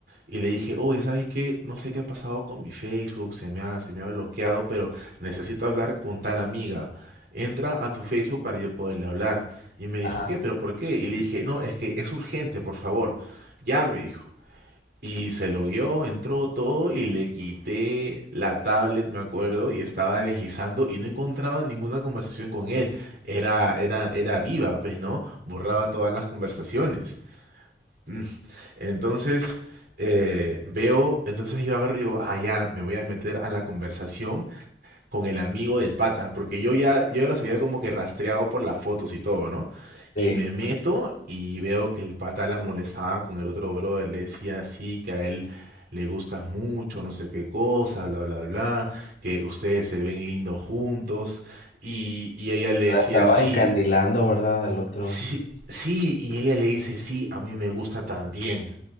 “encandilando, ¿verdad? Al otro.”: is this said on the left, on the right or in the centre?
Left